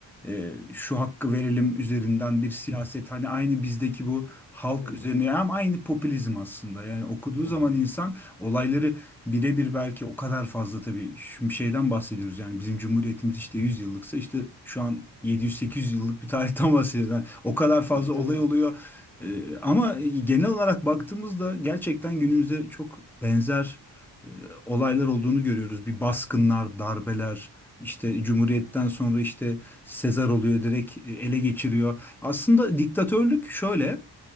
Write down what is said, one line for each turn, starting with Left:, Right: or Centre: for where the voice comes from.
Centre: e, şu hakkı verelim üzerinden bir siyaset hani aynı bizdeki bu halk
Left: Hı hı.
Centre: üzerine hem aynı popülizm aslında yani okuduğu
Left: Hı
Centre: zaman
Left: hı.
Centre: insan olayları birebir belki o kadar fazla tabii şimdi şeyden bahsediyoruz yani bizim Cumhuriyetimiz işte 100 yıllıksa işte şu an yedi yüz sekiz yüz yıllık bir tarihten <laughs> bahsediyoruz Yani o kadar fazla
Left: Tabii tabii.
Centre: olay oluyor E, ama genel olarak baktığımızda gerçekten günümüzde çok benzer e, olaylar olduğunu görüyoruz. Bir baskınlar, darbeler, işte Cumhuriyet'ten sonra işte Sezar oluyor, direkt e, ele geçiriyor. Aslında diktatörlük şöyle,